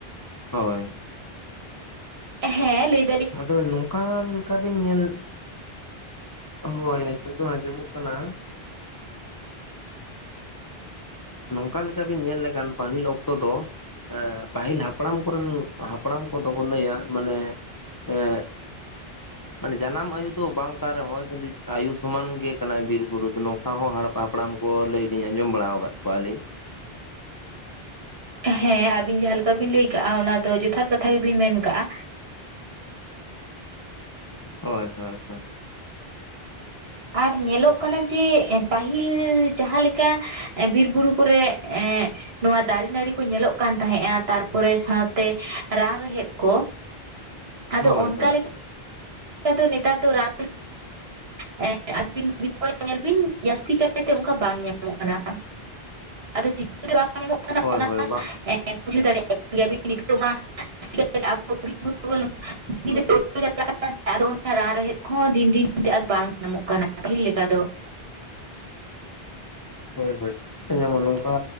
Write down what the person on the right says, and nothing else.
ᱦᱮᱸ ᱞᱮᱭ
ᱦᱮᱸ ᱟᱵᱤᱱ ᱡᱟᱦᱟᱸᱞᱮᱠᱟ ᱵᱤᱱ ᱞᱟᱹᱭ ᱠᱟᱜᱼᱟ ᱚᱱᱟ ᱫᱚ ᱡᱚᱛᱷᱟᱛ ᱠᱟᱛᱷᱟ ᱜᱮᱵᱤᱱ ᱢᱮᱱ ᱠᱟᱜᱼᱟ᱾
ᱟᱨ ᱧᱮᱞᱚᱜ ᱠᱟᱱᱟ ᱡᱮ ᱯᱟᱹᱦᱤᱞ ᱡᱟᱦᱟᱸᱞᱮᱠᱟ ᱵᱤᱨ ᱵᱩᱨᱩ ᱠᱚᱨᱮ ᱮᱸᱜ ᱱᱚᱣᱟ ᱫᱟᱨᱮ ᱱᱟᱹᱲᱤ ᱠᱚ ᱧᱮᱞᱚᱜ ᱠᱟᱱ ᱛᱟᱦᱮᱸᱜᱼᱟ ᱛᱟᱨᱯᱚᱨᱮ ᱥᱟᱶᱛᱮ ᱨᱟᱱ ᱨᱮᱦᱮᱫ ᱠᱚ᱾ ᱟᱫᱚ
ᱚᱱᱠᱟ
ᱞᱮᱠᱟ ᱫᱚ ᱱᱮᱛᱟᱨ ᱫᱚ ᱨᱟᱱ <inaudible> ᱮᱸ ᱟᱵᱤᱱ <inaudible> ᱧᱮᱞ ᱵᱤᱱ ᱡᱟᱹᱥᱛᱤ ᱠᱟᱭᱛᱮ ᱚᱝᱠᱟ ᱵᱟᱝ ᱧᱟᱢᱚᱜ ᱠᱟᱱᱟ᱾ <inaudible>
<inaudible> ᱪᱟᱞᱟᱜ ᱟᱫᱚ ᱚᱱᱟ ᱨᱟᱱ ᱨᱮᱦᱮᱫ ᱠᱚᱦᱚᱸ ᱫᱤᱱ ᱫᱤᱱ ᱛᱮ ᱵᱟᱝ ᱧᱟᱢᱚᱜ ᱠᱟᱱᱟ ᱯᱟᱹᱦᱤᱞ ᱞᱮᱠᱟ ᱫᱚ,